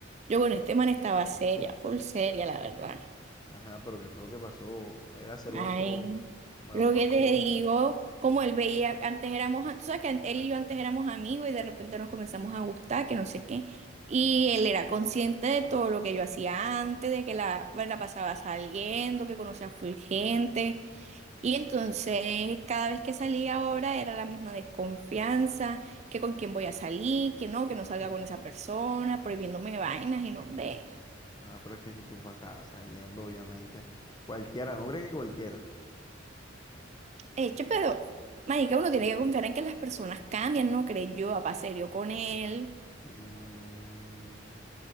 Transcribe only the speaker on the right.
Yo con este man estaba seria, full seria, la verdad.
Ay,
lo
que
te digo, como él veía, antes éramos, a- tú sabes que an- él y yo antes éramos amigos y de repente nos comenzamos a gustar, que no sé qué. Y él era consciente de todo lo que yo hacía antes, de que la, pues, la pasaba saliendo, que conocía full gente. Y entonces, cada vez que salía ahora era la misma desconfianza, que con quién voy a salir, que no, que no salga
con esa persona, prohibiéndome vainas y no, ve.
Hecho, pero, marica, uno tiene que confiar en que las personas cambian, ¿no crees? Yo, papá serio con él.